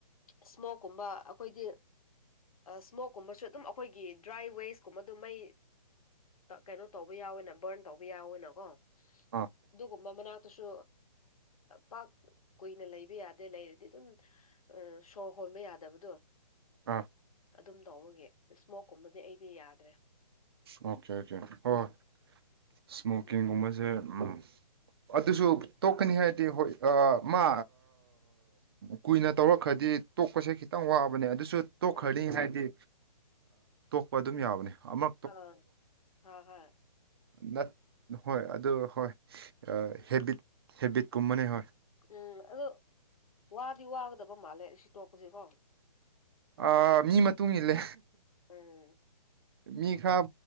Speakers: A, on the left; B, on the right.
A: ꯏꯁꯃꯣꯛꯀꯨꯝꯕ ꯑꯩꯈꯣꯏꯗꯤ ꯁꯃꯣꯛ ꯀꯨꯝꯕꯁꯨ ꯑꯗꯨꯝ ꯑꯩꯈꯣꯏꯒꯤ ꯗ꯭ꯔꯥꯏ ꯋꯦꯁ ꯀꯨꯝꯕ ꯑꯗꯨꯝ ꯃꯩ ꯀꯩꯅꯣ ꯇꯧꯕ ꯌꯥꯎꯋꯦꯅ ꯕꯔꯟ ꯇꯧꯕ ꯌꯥꯎꯋꯅꯀꯣ
B: ꯑꯥ
A: ꯑꯗꯨꯒꯨꯝꯕ ꯃꯅꯥ ꯇꯁꯨ ꯄꯥꯛ ꯀꯨꯏꯅ ꯂꯩꯕ ꯌꯥꯗꯦ ꯂꯩꯔꯗꯤ ꯑꯗꯨꯝ ꯑ ꯁꯣꯔ ꯍꯣꯟꯕ ꯌꯥꯗꯕꯗꯣ
B: ꯑꯥ
A: ꯑꯗꯨꯝ ꯇꯧꯕꯒꯤ ꯏꯁꯃꯣꯛꯀꯨꯝꯕꯗꯤ ꯑꯩꯗꯤ ꯌꯥꯗ꯭ꯔꯦ
B: ꯑꯣꯀꯦ ꯑꯣꯀꯦ ꯍꯣꯏ ꯏꯁꯃꯣꯀꯤꯡꯒꯨꯝꯕꯁꯦ
A: ꯎꯝ
B: ꯎꯝ ꯑꯗꯨꯁꯨ ꯇꯣꯛꯀꯅꯤ ꯍꯥꯏꯔꯗꯤ ꯍꯣꯏ ꯃꯥ ꯀꯨꯏꯅ ꯇꯧꯔꯛꯈ꯭ꯔꯗꯤ ꯇꯣꯛꯄꯁꯦ ꯈꯤꯇꯪ ꯋꯥꯕꯅꯦ ꯑꯗꯨꯁꯨ ꯇꯣꯛꯈ꯭ꯔꯗꯤ
A: ꯎꯝ
B: ꯉꯁꯥꯏꯒꯤ ꯇꯣꯛꯄ ꯑꯗꯨꯝ ꯌꯥꯕꯅꯤ ꯑꯃ
A: ꯑ ꯍ‌ꯣ ꯍꯣꯏ
B: ꯅꯠ ꯍꯣꯏ ꯑꯗꯨ ꯍꯣꯏ
A: ꯍꯣꯏ
B: ꯍꯦꯕꯤꯠ ꯍꯦꯕꯤꯠꯀꯨꯝꯕꯅꯦ ꯍꯣꯏ
A: ꯎꯝ ꯑꯗꯣ ꯋꯥꯗꯤ ꯋꯥꯒꯗꯕ ꯃꯥꯜꯂꯦ ꯁꯤ ꯇꯣꯛꯄꯁꯤꯀꯣ
B: ꯑ ꯃꯤ ꯃꯇꯨꯡ ꯏꯜꯂꯦ
A: ꯎꯝ
B: ꯃꯤ ꯈꯔ